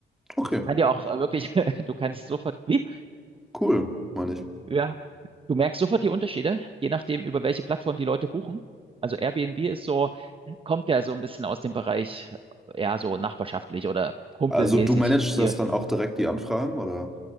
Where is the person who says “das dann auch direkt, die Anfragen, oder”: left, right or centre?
Centre